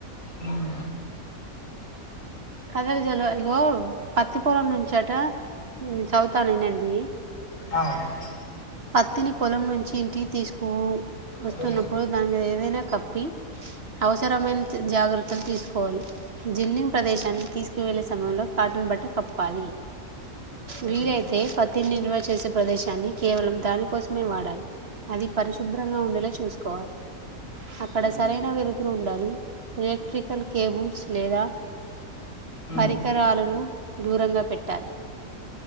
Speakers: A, on the left; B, on the right.
A: ఉమ్,
B: కదలి జలు యిగో పత్తిపొలం నుంచట నేను చవుతాను వినండి
A: అవును <inaudible>
B: పత్తిని పొలం నుంచి ఇంటికి తీసుకు వస్తున్నప్పుడు
A: అదే.
B: దాని మీద ఏదైనా కప్పి అవసరమైన జాగ్రత్తలు తీసుకోవాలి. జిన్నింగ్ ప్రదేశానికి తీసుకువెళ్ళే సమయంలో కాటన్ బట్ట కప్పాలి,
A: ఉమ్,
B: వీలైతే పత్తిని నిల్వ చేసే ప్రదేశాన్ని కేవలం దానికోసమే వాడాలి. అది పరిశుభ్రంగా ఉండేలా చూసుకోవాలి అక్కడ
A: ఉమ్,
B: సరైన వెలుతురు ఉండాలి ఎలక్ట్రికల్ కేబుల్స్ లేదా
A: ఉమ్.
B: పరికరాలను దూరంగా పెట్టాలి.